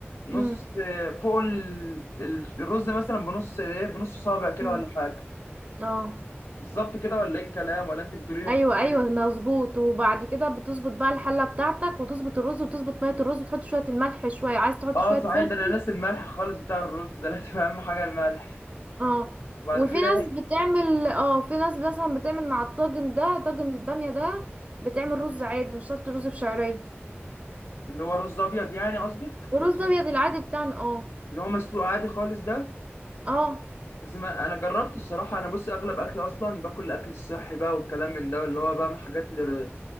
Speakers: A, on the left; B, on the right.
A: نص
B: امم
A: فوق ال- ال- الرز مثلا بنص ايه بنص صابع كده
B: امم
A: ولا حاجه
B: اه
A: بالظبط كده ولا ايه الكلام ولا انت بتقولي له
B: ايوه ايوه مظبوط وبعد كده بتظبط بقى الحله بتاعتك وتظبط الرز وتظبط ميه الرز وتحط شويه الملح شويه عايز تحط
A: اه
B: شويه
A: صحيح
B: فلفل
A: ده انا ناسي الملح خالص بتاع الرز ده لازم اهم حاجه الملح
B: اه
A: وبعد
B: وفي
A: كده
B: ناس
A: ايه
B: بتعمل اه في ناس مثلا بتعمل مع الطاجن ده طاجن البامية ده بتعمل رز عادي مش شرط رز بشعرية
A: اللي هو رز ابيض يعني قصدك
B: ورز
A: رز أبيض
B: ابيض العادي بتاعنا اه
A: اللي هو مسلوق عادي خالص ده
B: اه
A: بس ما انا جربته الصراحه انا بص اغلب اكل اصلا باكل الاكل الصحي بقى والكلام من ده اللي هو بعمل حاجات لل-